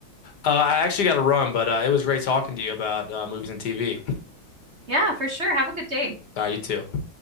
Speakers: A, on the left; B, on the right.
A: Uh, I actually got to run, but uh, it was great talking to you about uh, movies and TV.
B: Yeah, for sure. Have a good day.
A: Uh, you too.